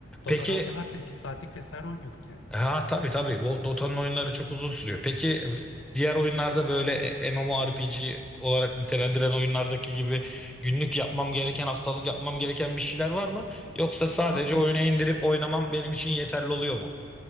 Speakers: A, in the centre; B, on the left.
A: Peki
B: Dota'da hatırlarsın bir saatlik vesaire oynuyorduk yani.
A: Ha tabii tabii. Wo- Dota'nın oyunları çok uzun sürüyor. Peki e, diğer oyunlarda böyle e, MMORPG olarak nitelendiren oyunlardaki gibi günlük yapmam gereken, haftalık yapmam gereken bir şeyler var mı? Yoksa sadece
B: Yok hayır.
A: oyuna indirip oynamam benim için yeterli oluyor mu?